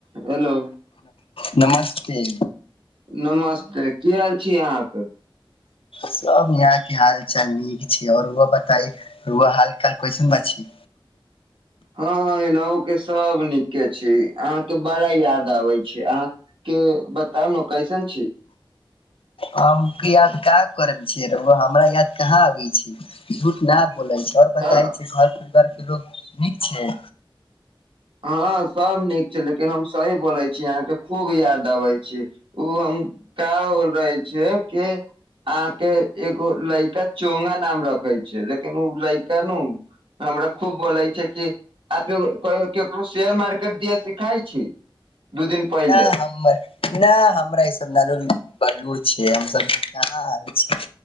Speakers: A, on the right (about 70°); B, on the left (about 85°).
A: हेलो।
B: नमस्ते।
A: नमस्ते, की हाल छी अहाँके?।
B: सब यहाँ के हाल चाल निक ई छीयै और रउवा बताई रउवा हाल काल कैसन बा छी।
A: हां -हां एनहु के सब नीके छी, अहाँके बड़ा याद आबे छै, अहाँ के बताउ ने कैसन छी।
B: हमके याद काहे करब छीयै रउवा हमरा याद कहाँ आबे छै झूठ न बोलै छै और बताए
A: तऽ
B: छै घर पर घर के लोक नीक छै।
A: हां सब नीक छै लेकिन हम सही बोलै छी अहाँके खूब याद अबै छी। उ हम का होल रहै छीयै कि अहाँ के एगो लइका चोंगा नाम रखे छै लेकिन उ लइका नु हमरा खूब बोले छै कि आब जो कोय केकरो शेयर मार्केट दियै सिखाइ छी। दू दिन पहिले
B: नै हमर नै हमरा ई सब बारे मे बलुर छियै, हम सब कहाँ आबै छै।